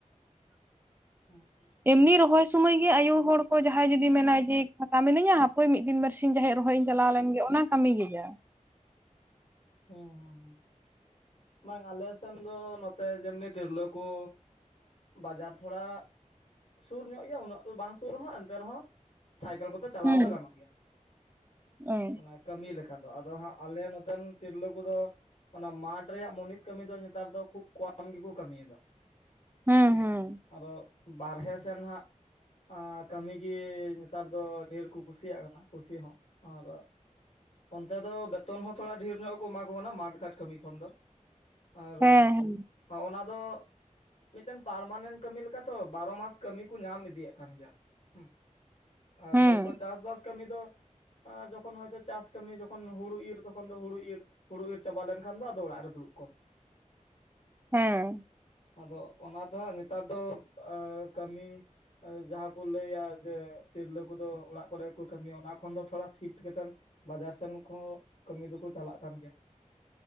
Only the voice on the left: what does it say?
ᱦᱩᱸ ᱦᱩᱸ
ᱦᱩᱸ ᱦᱩᱸ ᱦᱩᱸ ᱵᱟᱝ ᱟᱞᱮ ᱥᱮᱱ ᱫᱚ ᱱᱚᱛᱮ ᱡᱮᱢᱱᱤ ᱛᱤᱨᱞᱟᱹᱠᱩ ᱵᱟᱡᱟᱨ ᱛᱷᱚᱲᱟ ᱥᱩᱨ ᱧᱚᱜ ᱜᱮᱭᱟ ᱩᱱᱟᱹᱜ ᱫᱚ ᱵᱟᱝ ᱥᱩᱨ ᱨᱮᱦᱚᱸ ᱮᱱᱛᱮ ᱨᱮᱦᱚᱸ ᱥᱟᱭᱠᱮᱞ ᱠᱚᱛᱮ ᱪᱟᱞᱟᱣ
ᱫᱚ ᱜᱟᱱᱚᱜ ᱜᱮᱭᱟ
ᱚᱱᱟ ᱠᱟᱹᱢᱤ ᱞᱮᱠᱟ ᱫᱚ ᱟᱫᱚ ᱦᱟᱸᱜ ᱟᱞᱮ ᱱᱚᱛᱮᱱ ᱛᱤᱨᱞᱟᱹ ᱠᱚᱫᱚ ᱚᱱᱟ ᱢᱟᱴᱷ ᱨᱮᱭᱟᱜ ᱢᱩᱱᱤᱥ ᱠᱟᱹᱢᱤ ᱫᱚ ᱱᱮᱛᱟᱨ ᱫᱚ ᱠᱷᱩᱵ ᱠᱚᱢ ᱜᱮᱠᱚ ᱠᱟᱹᱢᱤᱭᱮᱫᱟ
ᱦᱮ
ᱟᱫᱚ ᱵᱟᱨᱦᱮ ᱥᱮᱱ ᱦᱟᱸᱜ ᱟᱨ ᱠᱟᱹᱢᱤᱜᱤ ᱜᱮ ᱱᱮᱛᱟᱨ ᱫᱚ ᱰᱷᱮᱨ ᱠᱚ ᱠᱩᱥᱤᱭᱟᱜ ᱠᱟᱱᱟ ᱠᱩᱥᱤ ᱦᱚᱸ ᱟᱨ ᱚᱱᱛᱮ ᱫᱚ ᱵᱮᱛᱚᱱ ᱦᱚᱸ ᱛᱷᱚᱲᱟ ᱰᱷᱮᱨ ᱧᱚᱜ ᱠᱚ ᱮᱢᱟ ᱠᱚ ᱠᱟᱱᱟ ᱢᱟᱴᱷ ᱜᱷᱟᱴ ᱠᱟᱹᱢᱤ ᱠᱷᱚᱱ ᱫᱚ ᱟᱨ
ᱚᱱᱟ ᱫᱚ ᱢᱤᱫᱴᱮᱱ ᱯᱟᱨᱢᱟᱱᱮᱱᱴ ᱠᱟᱹᱢᱤᱛᱚ ᱵᱟᱨᱚ ᱢᱟᱥ ᱠᱟᱹᱢᱤ ᱠᱚ ᱧᱟᱢ ᱤᱫᱤᱭᱮᱫ ᱠᱟᱱ ᱜᱮᱭᱟ ᱦᱩᱸ ᱟᱨ
ᱦᱚᱭᱛᱚ ᱪᱟᱥᱵᱟᱥ ᱠᱟᱹᱢᱤ ᱫᱚ ᱟᱨ ᱡᱚᱠᱷᱚᱱ ᱦᱳᱭᱛᱳ ᱪᱟᱥ ᱠᱟᱹᱢᱤ ᱡᱚᱠᱷᱚᱱ ᱦᱳᱲᱩ ᱤᱨ ᱛᱚᱠᱷᱚᱱ ᱦᱩᱲᱩ ᱤᱨ ᱦᱩᱲᱩ ᱤᱨ ᱪᱟᱵᱟ ᱞᱮᱱᱠᱷᱟᱱ ᱫᱚ ᱟᱫᱚ ᱚᱲᱟᱜ ᱨᱮ ᱫᱩᱲᱩᱵ ᱠᱚᱢ
ᱟᱫᱚ ᱚᱱᱟ ᱫᱚᱦᱟᱸᱜ ᱱᱮᱛᱟᱨ ᱫᱚ ᱠᱟᱹᱢᱤ ᱡᱟᱦᱟᱸ ᱠᱚ ᱞᱟᱹᱭᱟ ᱡᱮ ᱛᱤᱨᱞᱟᱹ ᱠᱚᱫᱚ ᱚᱲᱟᱜ ᱠᱚᱨᱮ ᱠᱚ ᱠᱟᱹᱢᱤᱭᱟ ᱚᱱᱟ ᱠᱷᱚᱱ ᱫᱚ ᱛᱷᱚᱲᱟ ᱥᱤᱯᱴ ᱠᱟᱛᱮᱱ ᱵᱟᱡᱟᱨ ᱥᱮᱱ ᱠᱚᱦᱚᱸ ᱠᱟᱹᱢᱤ ᱫᱚᱠᱚ ᱪᱟᱞᱟᱜ ᱠᱟᱱ ᱜᱮᱭᱟ